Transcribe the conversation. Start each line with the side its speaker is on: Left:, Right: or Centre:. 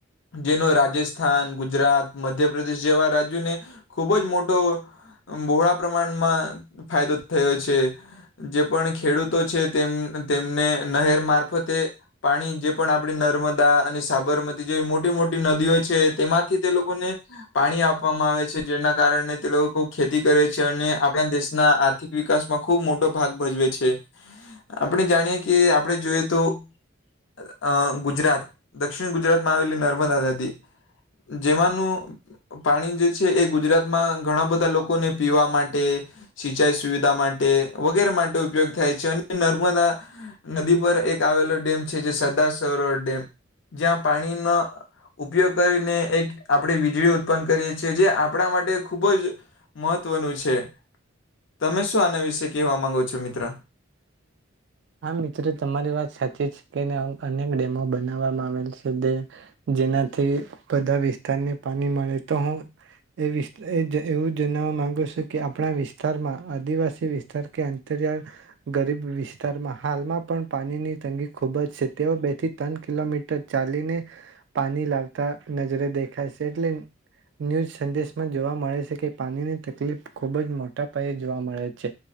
Left: જેનો રાજસ્થાન, ગુજરાત, મધ્યપ્રદેશ જેવા રાજ્યોને ખૂબ જ મોટો બહોળા પ્રમાણમાં ફાયદો થયો છે. જે પણ ખેડૂતો છે તેમ તેમને નહેર મારફતે પાણી જે પણ આપડી નર્મદા અને સાબરમતી જેવી મો મોટી-મોટી નદીઓ છે તેમાંથી તે લોકોને પાણી આપવામાં આવે છે જેના કારણે તે લોકો ખૂબ ખેતી કરે છે અને આપણા દેશના આર્થિક વિકાસમાં ખૂબ મોટો ભાગ ભજવે છે. આપણે જાણીએ કે આપણે જોઈએ તો અહ ગુજરાત દક્ષિણ ગુજરાતમાં આવેલી નર મદા નદી જેમાંનું પાણી જે છે એ ગુજરાતમાં ઘણા બધા લોકોને પીવા માટે સિંચાઈ સુવિધા માટે વગેરે માટે ઉપયોગ થાય છે અને નર્મદા નદી પર એક આવેલો ડેમ છે જે સરદાર સરોવર ડેમ જ્યાં પાણીનો ઉપયોગ કરીને એક આપણે વીજળી ઉત્પન્ન કરીએ છીએ જે આપણા માટે ખૂબ જ મહત્વનું છે તમે શું આના વિશે કહેવા માંગો છો મિત્ર
Right: હા મિત્રો તમારી વાત સાચી છે. અનેક ડેમો બનાવવામાં આવેલ છે જેનાથી બધા વિસ્તારને પાણી મળે તો હું એ એવું જણાવવા માંગુ છું કે આપણા વિસ્તારમાં આદિવાસી વિસ્તાર કે અત ગરીબ વિસ્તારમાં હાલમાં પણ પાણીની તંગી ખુબ જ છે તેઓ બે થી ત્રણ કિલોમીટર ચાલીને પાણી લાવતા નજરે દેખા છે એટલે ન્યૂઝ સંદેશમાં જોવા મળે છે કે પાણીની તકલીફ ખુબ જ મોટા પાયે જોવા મળે છે.